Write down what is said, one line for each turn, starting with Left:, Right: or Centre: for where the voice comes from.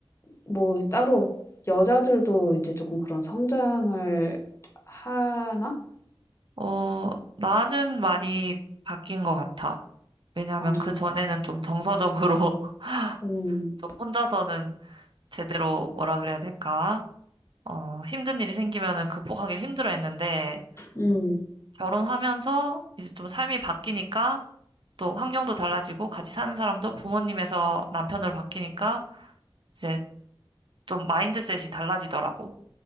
Left: 뭐 따로 여자들도 이제 조금 그런 성장을 하나?
Right: 어, 나는 많이 바뀐 것 같아. 왜냐하면
Left: 아,
Right: 그 전에는 좀 정서적으로 <laughs>
Left: 음,
Right: 좀 혼자서는 제대로 뭐라 그래야 될까? 어, 힘든 일이 생기면은 극복하기 힘들어 했는데
Left: 음.
Right: 결혼하면서 이제 좀 삶이 바뀌니까 또 환경도 달라지고 같이 사는 사람도 부모님에서 남편으로 바뀌니까 이제 좀 마인드셋이 달라지더라고.